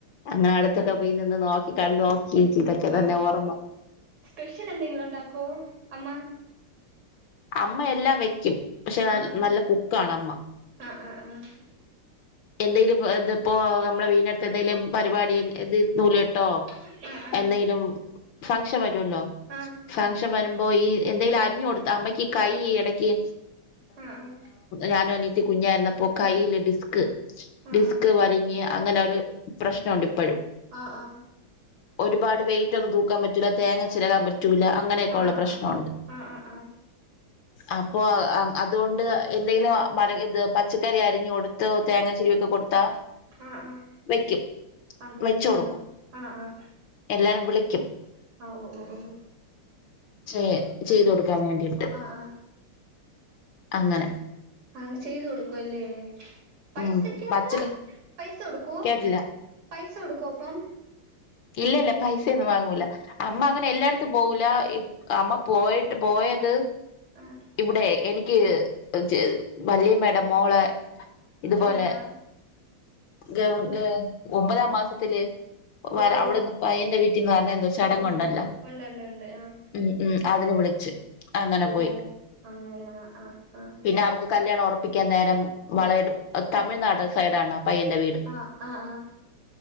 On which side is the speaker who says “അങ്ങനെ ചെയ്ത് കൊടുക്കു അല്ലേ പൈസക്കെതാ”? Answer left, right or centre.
Right